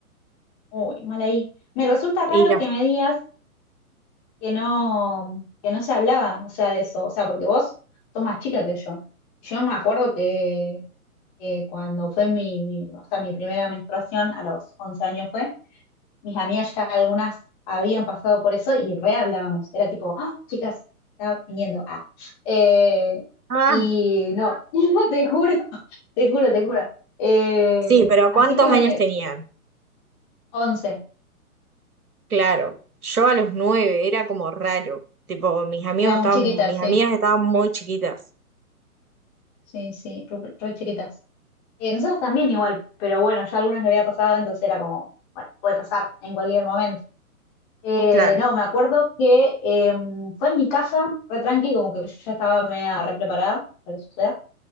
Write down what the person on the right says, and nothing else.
Y las...
Ah,
sí, pero
¿cuántos
años tenían?
Claro, yo a los nueve era como raro. Tipo, mis amigos
estaban,
mis
amigas estaban muy chiquitas.
Claro.